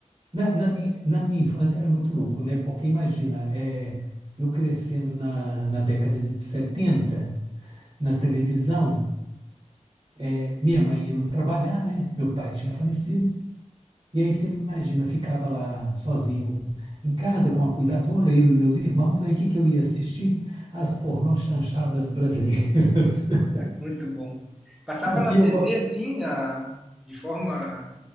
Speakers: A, on the right; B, in the centre.
A: Na, na minha, na minha infância era muito louco, né? Porque imagina, é, eu crescendo na, na década de 70 na televisão, é, minha mãe indo trabalhar, né? Meu pai tinha falecido. E aí você imagina, ficava lá sozinho em casa com a cuidadora, eu e meus irmãos. Aí o que, que eu ia assistir? As pornô chanchadas brasileiras. <laughs>
B: Muito bom. Passava na
A: E eu,
B: TV,
A: go-
B: assim, a, de forma